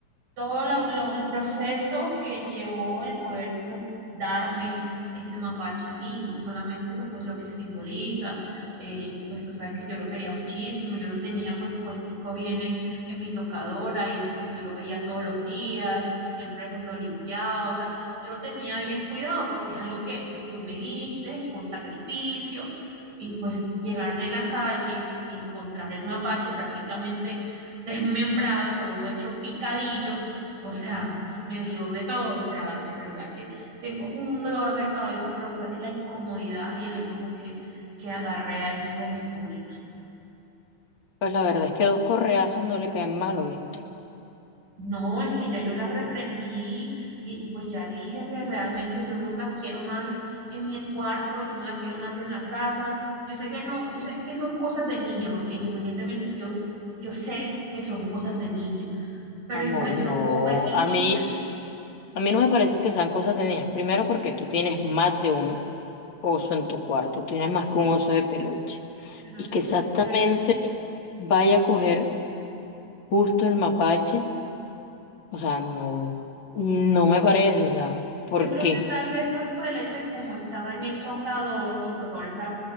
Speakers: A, on the right; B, on the left.
A: todo la- lo- el proceso que llevó el poder, pues, darme ese mapache a mí, y no solamente eso, pues, lo que simboliza, eh, pues, tú sabes que yo lo quería muchísimo, yo lo tenía, pues, puestico bien en, en mi tocadora, y pues, yo lo veía todos los días, siempre, pues, lo limpiaba, o sea, yo lo tenía bien cuidado, porque es algo que, que tú me diste, con sacrificio, y pues, llegar de la calle y encontrar el mapache prácticamente <laughs> desmembrado, todo hecho picadillo, o sea, me dio de todo, o sea, de verdad que tengo un dolor de cabeza, pero fue de la incomodidad y el enojo que, que agarré allí con mi sobrina.
B: Pues la verdad es que dos correazos no le caen mal, ¿oíste?
A: No, es que ya yo la reprendí y pues ya dije que realmente yo no la quiero más en mi cuarto, yo no la quiero más en la casa. Yo sé que no, yo sé que son cosas de niña, porque independientemente yo, yo sé que son cosas de niña, pero
B: Amor,
A: igual yo
B: no.
A: no puedo permitir,
B: A mí, A mí no me parecen que sean cosas tenías Primero porque tú tienes más de un oso en tu cuarto, tienes más que un oso de peluche.
A: bueno,
B: Y
A: eso
B: que
A: sí
B: exactamente
A: es cierto.
B: vaya a coger justo el mapache, o sea, no, no me parece, o sea, ¿por
A: Yo creo
B: qué?
A: que tal vez eso es por el hecho de que como estaba en el tocador y el tocador está